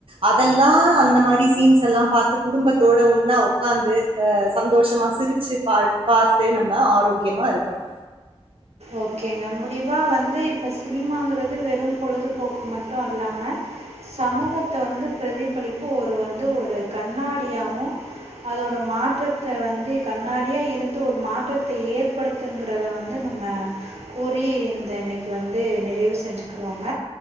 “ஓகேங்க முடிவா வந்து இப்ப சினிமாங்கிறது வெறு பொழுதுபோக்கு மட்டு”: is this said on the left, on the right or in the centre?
Right